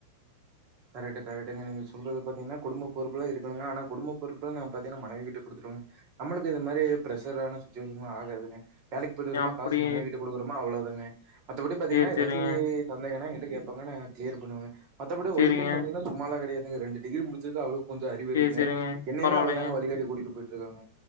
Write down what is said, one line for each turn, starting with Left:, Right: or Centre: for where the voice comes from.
Right: கரெக்ட்டு கரெக்டுங்க நீங்க சொல்றது பாத்தீங்கன்னா குடும்ப பொறுப்புலா இருக்கணுங்க ஆனா குடும்ப பொறுப்புலா நா பாத்தீங்கனா மனைவிகிட்ட குடுத்துருவங்க நம்மளுக்கு இது மாரி பிரெசஷரான சுச்சுவேஷன்லா ஆகாதுங்க வேலைக்கு போயிட்டு வரமா
Left: அப்படி
Right: காசு மனைவிகிட்ட குடுக்குறமா அவ்ளோ தாங்க மத்தபடி பாத்தீங்கனா
Left: சேரி
Right: ஏதாச்சி
Left: சேரிங்க
Right: சந்தேகனா எங்கி ட்ட கேப்பாங்க நா க்ளியர் பண்ணுவங்க மத்தப்படி
Left: சேரிங்க
Right: ஒய்ஃப் <unintelligible> சுமால கிடையா ரெண்டு டிகிரி முடிச்சுக்கா அவளுக் கொஞ்சோ அறிவு இருக்குங்க
Left: சேரி சேரிங்க
Right: என்னையவே
Left: பரவாயில்லைங்க
Right: அவதாங்க வழிகாடி கூட்டிட்டு போய்ட் இருக்காங்க